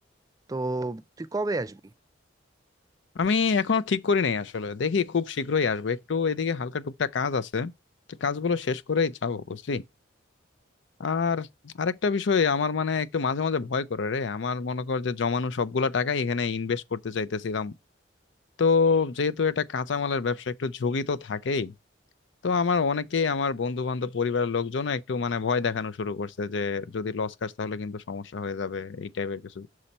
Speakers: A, on the right; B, on the left.
A: তো তুই কবে আসবি
B: আমি এখনো ঠিক করি নাই আসলে দেখি খুব শীঘ্রই আসবো একটু এদিকে হালকা টুকটাক কাজ আছে তো কাজগুলো শেষ করেই যাবো বুঝলি আর আরেকটা বিষয় আমার মানে একটু মাঝে মাঝে ভয় করে রে আমার মনে কর যে জমানো সবগুলা টাকাই এখানে ইনভেস্ট করতে চাইতেছিলাম তো যেহেতু এটা কাঁচামালের ব্যবসা একটু ঝুঁকি তো থাকেই তো আমার অনেকেই আমার বন্ধু বান্ধব পরিবারের লোকজন একটু মানে ভয় দেখানো শুরু করছে যে যদি লস খাস তাহলে কিন্তু সমস্যা হয়ে যাবে এই টাইপের কিছু